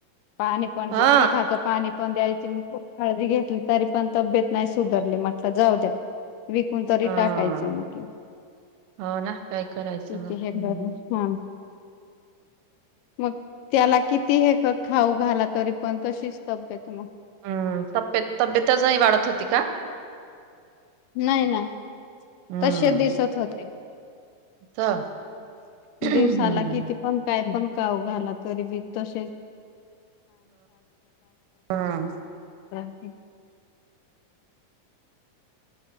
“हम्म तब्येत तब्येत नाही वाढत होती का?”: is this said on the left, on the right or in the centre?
Right